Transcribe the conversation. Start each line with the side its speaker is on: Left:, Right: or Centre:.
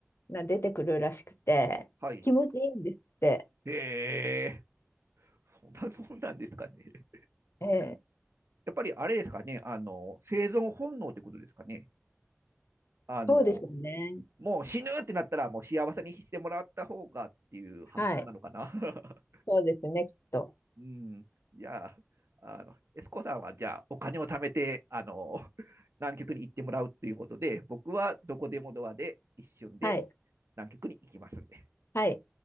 Left: が出てくるらしくて、
Right: あ、はい。
Left: 気持ちいいんですって。
Right: えー、そんなもんなんですかね。
Left: ええ
Right: やっぱりあれですかね、あの、生存本能ってことですかね。あの、
Left: そうでしょうね。
Right: もう死ぬってなったら、もう幸せにしてもらった方がっていう発想なのかな。
Left: はい。
Right: <laughs>
Left: そうですね、きっと。
Right: うん、じゃあ、あの、エスコさんはじゃあお金を貯めて、あの、<laughs> 南極に行ってもらうということで、僕はどこでもドアで一瞬で
Left: はい。
Right: 南極に行きますんで。
Left: はい。